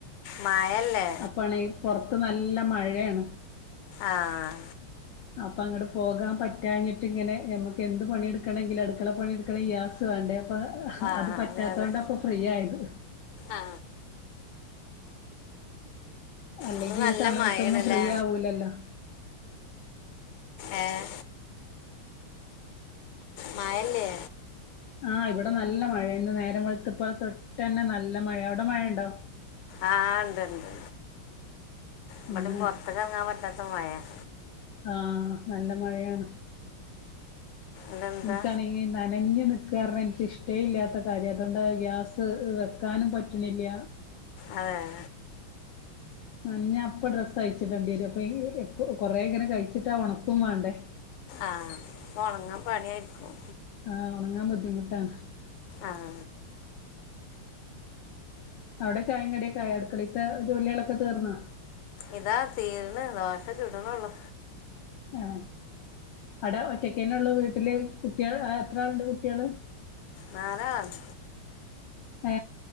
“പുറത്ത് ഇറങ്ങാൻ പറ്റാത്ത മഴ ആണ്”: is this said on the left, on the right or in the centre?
Left